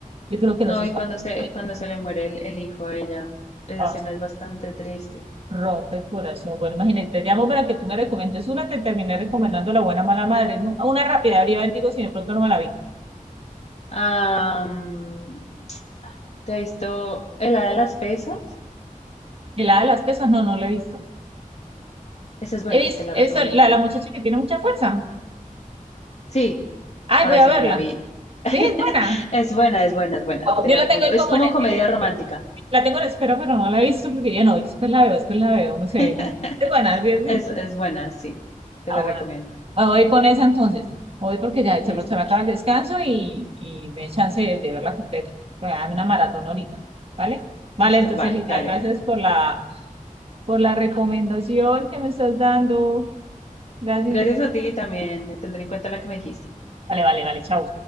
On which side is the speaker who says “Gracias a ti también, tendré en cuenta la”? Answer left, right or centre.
Left